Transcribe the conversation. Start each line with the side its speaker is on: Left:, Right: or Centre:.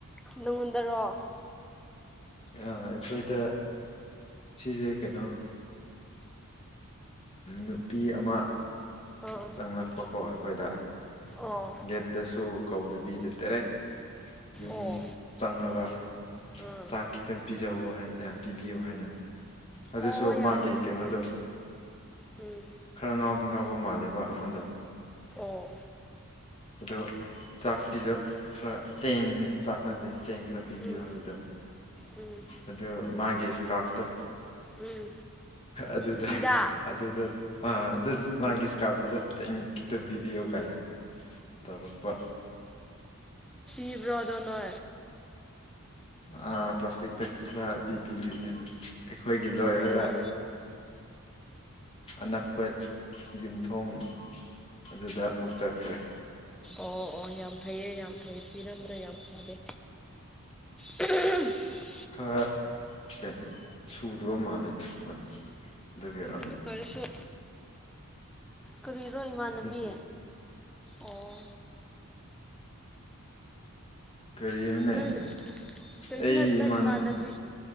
Centre: ꯅꯅꯨꯡꯉꯣꯟꯟꯗꯔꯣ
Left: ꯑꯩꯈꯣꯏꯗ ꯁꯤꯁꯦ ꯀꯩꯅꯣ ꯅꯨꯄꯤ ꯑꯃ
Centre: ꯑꯥ
Left: ꯆꯪꯂꯛꯄ ꯍꯣꯏ ꯑꯩꯈꯣꯏꯗ
Centre: ꯑꯣ
Left: ꯒꯦꯠꯇꯁꯨ ꯀꯧꯗꯨꯕꯤꯗ ꯗꯥꯏꯔꯦꯛ ꯌꯨꯝ
Centre: ꯑꯣ
Left: ꯆꯪꯉꯒ
Centre: ꯑꯥ
Left: ꯆꯥꯛ ꯈꯤꯇꯪ ꯄꯤꯖꯧ ꯍꯥꯏ ꯄꯤꯕꯤꯌꯣ ꯍꯥꯏꯅ ꯑꯗꯨꯁꯨ
Centre: ꯑꯣ ꯌꯥꯝ
Left: ꯃꯥꯒꯤ
Centre: ꯅꯨꯡꯁꯤꯌꯦ
Left: ꯀꯩꯅꯣꯗꯣ
Centre: ꯎꯝ
Left: ꯈꯔ ꯉꯥꯎꯗꯤ ꯉꯥꯎꯕ ꯃꯥꯜꯂꯦꯕ ꯑꯃ ꯑꯗꯣ
Centre: ꯑꯣ
Left: ꯑꯗꯣ ꯆꯥꯛ ꯄꯤꯖ ꯈꯔ ꯆꯦꯡꯅꯦ ꯆꯥꯛ ꯅꯠꯇꯦ ꯆꯦꯡ ꯈꯔ ꯄꯤꯕꯤꯌꯣ
Centre: ꯎꯝ
Left: ꯍꯥꯏꯕꯗꯣ
Centre: ꯎꯝ
Left: ꯑꯗꯨ ꯃꯥꯒꯤ ꯏꯁꯀꯥꯔꯐꯇꯣ
Centre: ꯎꯝ
Left: ꯑꯗꯨꯗ
Centre: ꯐꯤꯗꯥ
Left: ꯑꯗꯨꯗ ꯑꯥ ꯑꯗꯨ ꯃꯥꯒꯤ ꯏꯁꯀꯥꯔꯗꯨꯗ ꯆꯦꯡ ꯈꯤꯇ ꯄꯤꯕꯤꯌꯣ ꯀꯥꯏꯅ ꯇꯧꯔꯨꯛꯄ
Centre: ꯇꯤꯕ꯭ꯔꯗꯅ
Left: ꯑ ꯄ꯭ꯂꯥꯁꯇꯤꯛꯇ ꯈꯔꯗꯤ ꯄꯤꯕꯤꯕꯅꯤ ꯑꯗ ꯑꯩꯈꯣꯏꯒꯤ ꯂꯣꯏꯔꯒ
Centre: ꯑꯣ
Left: ꯑꯅꯛꯄ ꯌꯨꯝꯊꯣꯡ ꯑꯗꯨꯗ ꯑꯃꯨꯛ ꯆꯠꯈ꯭ꯔꯦ
Centre: ꯑꯣ ꯑꯣ ꯌꯥꯝ ꯐꯩꯌꯦꯦ ꯌꯥꯝ ꯐꯩꯌꯦ ꯄꯤꯔꯝꯗ ꯌꯥꯝ ꯐꯔꯦ <unintelligible>
Left: ꯈꯔ ꯀꯩꯅꯣ ꯁꯨꯗꯕ ꯃꯥꯜꯂꯦꯗ ꯃꯥꯗ ꯑꯗꯨꯕꯤꯔꯝꯅꯤ
Centre: ꯑꯗꯨ ꯑꯣꯏꯔꯁꯨ ꯀꯔꯤꯔꯣ ꯏꯃꯥꯟꯅꯕꯤ
Left: ꯎꯝ
Centre: ꯑꯣ
Left: ꯀꯔꯤꯅꯅꯦ
Centre: ꯅꯪ ꯀꯔꯤꯁꯨ
Left: ꯑꯩ
Centre: ꯅꯠꯇꯦꯗ
Left: ꯏꯃꯥꯟ
Centre: ꯏꯃꯥꯟꯅꯕꯤ